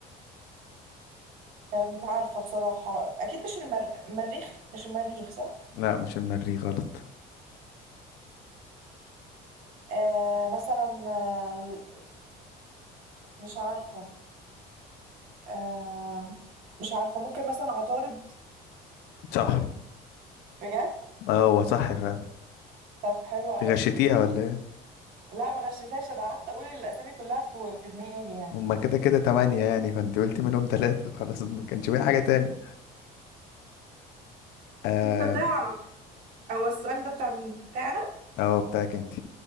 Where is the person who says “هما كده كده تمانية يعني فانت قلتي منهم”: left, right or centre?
Left